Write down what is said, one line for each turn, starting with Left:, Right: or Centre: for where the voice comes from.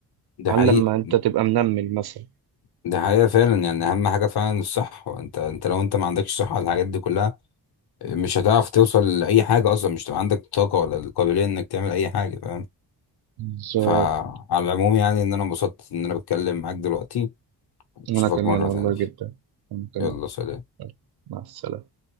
Left: ده
Right: على
Left: حقيقة
Right: لما انت تبقى منمل مثلا
Left: ده حقيقة فعلا يعني أهم حاجة فعلا الصحة أنت أنت لو أنت ما عندكش صحة على الحاجات دي كلها مش هتعرف توصل لأي حاجة أصلا مش هتبقى عندك طاقة ولا القابلية إنك تعمل أي حاجة فاهم
Right: بالظبط
Left: فعلى العموم يعني إن أنا انبسطت إن أنا بتكلم معاك دلوقتي
Right: انا
Left: أشوفك
Right: كمان
Left: مرة
Right: والله
Left: تانية
Right: جدا انا كمان
Left: يلا سلام
Right: مع السلامة